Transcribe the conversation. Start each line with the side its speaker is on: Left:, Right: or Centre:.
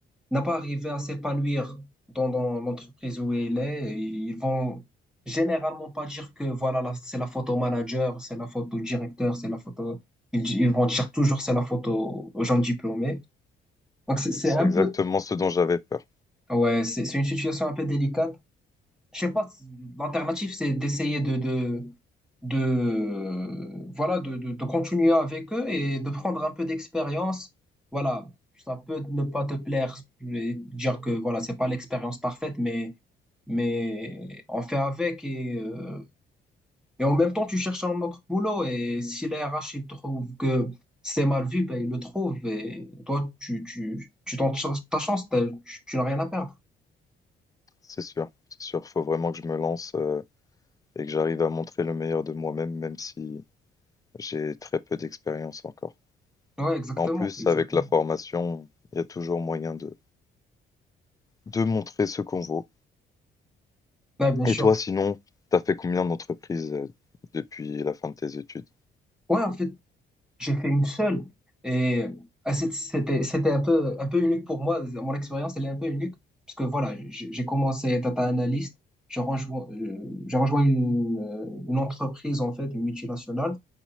Centre: n'a pas arrivé à s'épanouir dans, dans l'entreprise où elle est. Et ils vont généralement pas dire que voilà, là, c'est la faute au manager, c'est la faute au directeur, c'est la faute au- Ils, ils vont dire toujours c'est la faute aux, aux gens diplômés. Donc c'est c'est
Left: C'est
Centre: un
Left: exactement
Centre: peu,
Left: ce dont j'avais peur.
Centre: ouais, c'est c'est une situation un peu délicate. Je sais pas, si- l'alternative, c'est d'essayer de, de, de, voilà, de, de, de continuer avec eux et de prendre un peu d'expérience. Voilà, ça peut ne pas te plaire, et dire que voilà, c'est pas l'expérience parfaite, mais, mais on fait avec et, euh, et en même temps, tu cherches un autre boulot et si les RH, ils trouvent que c'est mal vu, ben, ils le trouvent et toi, tu, tu, tu tentes cha- ta chance, t'as- tu, tu n'as rien à perdre.
Left: C'est sûr, c'est sûr. Faut vraiment que je me lance euh, et que j'arrive à montrer le meilleur de moi-même, même si j'ai très peu d'expérience encore.
Centre: Ouais, exactement,
Left: En plus,
Centre: exactement.
Left: avec la formation, il y a toujours moyen de, de montrer ce qu'on vaut.
Centre: Ouais, bien sûr.
Left: Et toi, sinon, t'as fait combien d'entreprises euh, depuis la fin de tes études?
Centre: Ouais, en fait, J'ai fait une seule. Et ah, c'est- c'était, c'était un peu, un peu unique pour moi. Mon expérience, elle est un peu unique. Parce que voilà, j'ai j'ai commencé data analyst. J'ai rejoint, euh, j'ai rejoint une, euh, une entreprise, en fait, une multinationale.